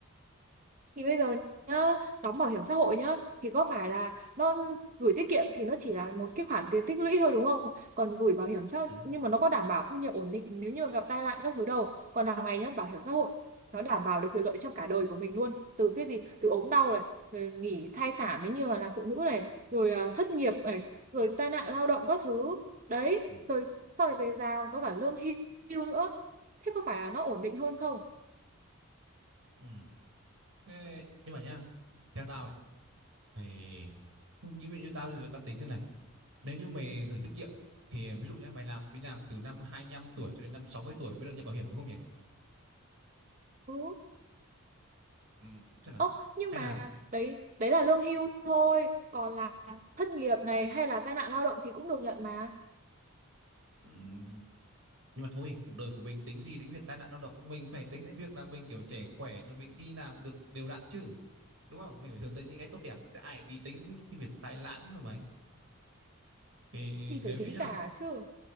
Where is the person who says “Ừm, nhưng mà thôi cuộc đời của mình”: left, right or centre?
Right